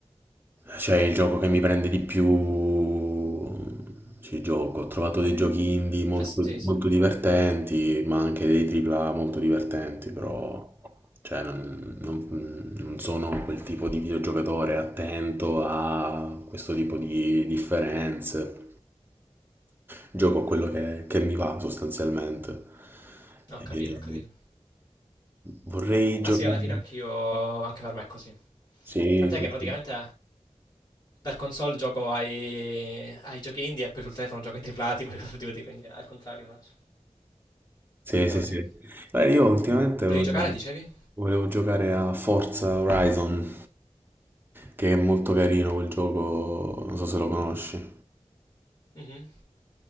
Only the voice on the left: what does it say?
Eh sì, sì,
No,
ho
capito, ho capito.
Ma
sì, alla fine anch'io, anche per me è così.
Tant'è
che praticamente
per console gioco ai, ai giochi indie e poi sul telefono gioco ai AAA, <laughs> tipo Call of Duty, quindi al contrario faccio.
Però
sì.
Volevi
giocare, dicevi?
Mhm.